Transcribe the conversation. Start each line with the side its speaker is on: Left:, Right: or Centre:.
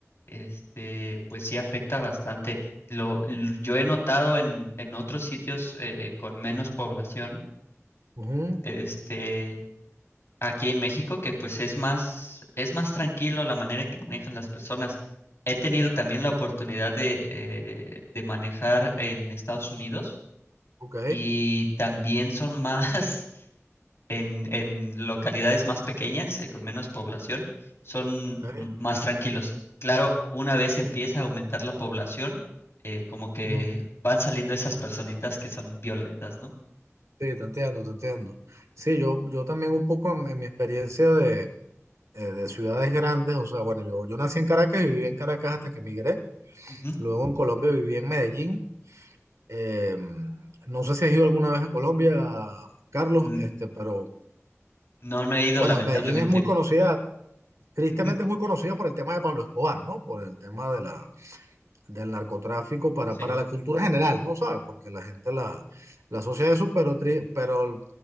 Left: este, pues sí afecta bastante. Lo, l- yo he notado en, en otros sitios eh, con menos población,
Right: ujú,
Left: este, aquí en México, que pues es más, es más tranquilo la manera en que manejan las personas. He tenido también la
Right: sí,
Left: oportunidad de, eh, de manejar en Estados Unidos
Right: ok,
Left: y también son más <laughs> en, en localidades más pequeñas, eh, con menos población,
Right: ok,
Left: son
Right: ok,
Left: m- más tranquilos. Claro, una vez empieza a aumentar la población, eh, como que
Right: mm,
Left: van saliendo esas personitas que son violentas, ¿no?
Right: sí, te entiendo, te entiendo. Sí, yo, yo también un poco en, en mi experiencia de, eh, de ciudades grandes, o sea, bueno, yo, yo nací en Caracas y viví en Caracas hasta que emigré,
Left: Ujú.
Right: luego en Colombia viví en Medellín, Eh, no sé si has ido alguna vez a Colombia, Carlos,
Left: Mm,
Right: este, pero
Left: No, no he ido,
Right: bueno,
Left: lamentablemente.
Right: Medellín es muy conocida, tristemente
Left: Ujú,
Right: es muy conocida por el tema de Pablo Escobar, ¿no? Por el tema de la, del narcotráfico para,
Left: Sí.
Right: para la cultura general, ¿no sabes? Porque la gente la, la asocia a eso, pero, tri- pero